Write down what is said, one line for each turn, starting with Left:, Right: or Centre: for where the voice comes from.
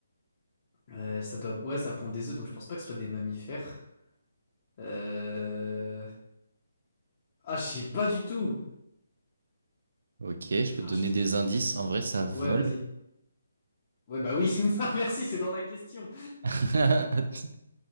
Left: euh, ça doit ouais, ça pond des œufs donc je pense pas que ce soit des mammifères. Euh... Ah, je sais pas du tout.
Right: Ok, je peux te
Left: Ah,
Right: donner
Left: j'en sais-
Right: des indices. En vrai, ça vole.
Left: Ouais, vas-y. Ouais, bah oui, <laughs> non, merci, c'est dans la question.
Right: <laughs> Attends,